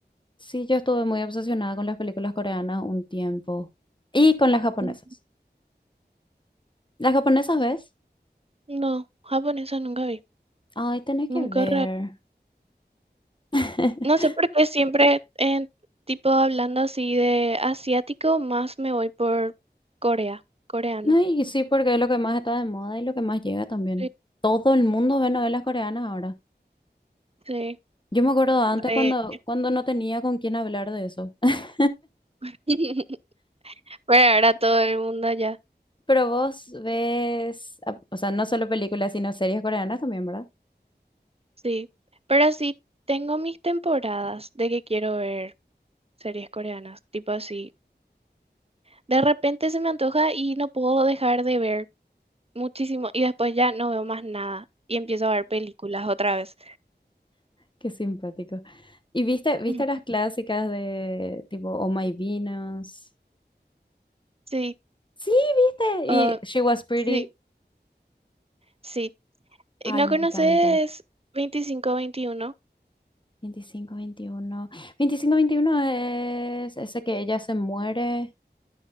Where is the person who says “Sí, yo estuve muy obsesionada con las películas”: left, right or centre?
Left